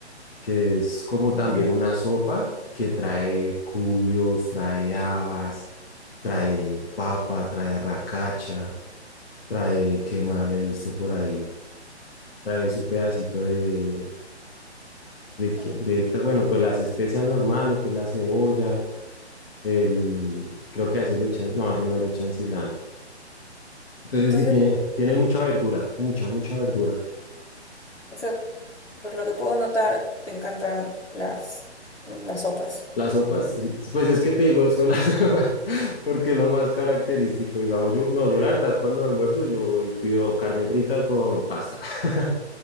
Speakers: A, on the left; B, on the left.
A: que es como
B: Ya.
A: también una sopa que trae cubios, trae habas, trae papa, trae arracacha, trae, ¿qué más le he visto por ahí? trae su pedacito de, de, que-
B: Mm.
A: de ta- bueno, pues las especias normal, lo que es la cebolla, el, creo que a veces le echan, no, a veces no le echan cilantro. Entonces
B: Entonces,
A: sí tiene, tiene mucha verdura, mucha, mucha verdura.
B: o sea, por lo que puedo notar, te encantan las, las sopas.
A: Las sopas, sí, sí, pues es que te digo eso de las <laughs> sopas, porque es lo más característico, digamos, yo, no, yo la verdad cuando almuerzo yo voy y pido carne frita con pasta. <laughs>